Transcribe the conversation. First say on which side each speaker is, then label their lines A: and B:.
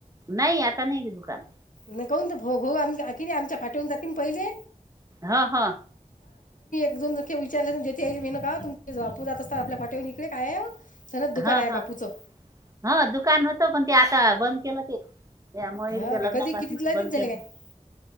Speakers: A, on the right; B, on the left.
A: नाही आता नाही रे दुकान.
B: आणि कून होऊ आम की नाही आमच्या फाटेवून जाते पहिले.
A: हा हा.
B: एको ज विचारलं त तेथे येईल मे ना का तुम बापू जात असता आपल्या पाटे येऊ इकड काय. सनद दुकान
A: हा
B: आहे
A: हा
B: बापूचं
A: हा दुकान होतं पण ते आता बंद केलं ते. त्या मयूरीच्या
B: हो
A: लग्ना
B: काय कधी
A: पासून
B: किती लयतीच
A: बंद
B: झाले
A: केला
B: काय